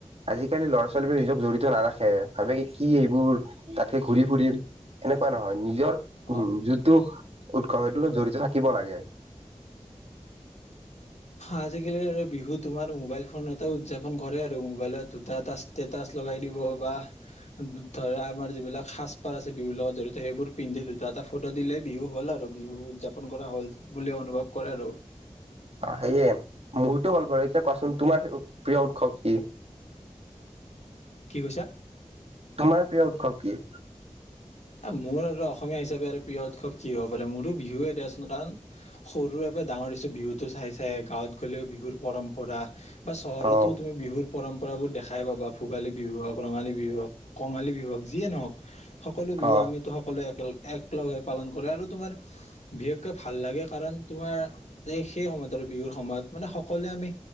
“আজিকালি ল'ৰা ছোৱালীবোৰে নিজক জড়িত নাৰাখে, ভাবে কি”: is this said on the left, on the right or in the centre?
Right